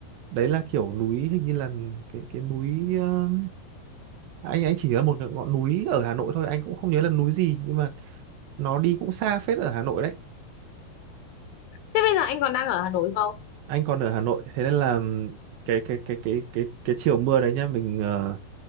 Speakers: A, on the right; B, on the left.
A: đấy là kiểu núi hình như là cái cái núi ờ, anh anh chỉ nhớ một cái ngọn núi ở Hà Nội thôi anh cũng không nhớ là núi gì nhưng mà nó đi cũng xa phết ở Hà Nội đấy
B: thế bây giờ anh còn đang ở Hà Nội không
A: anh còn ở Hà Nội thế nên là ừm, cái cái cái cái cái cái chiều mưa đấy nhá mình ờ,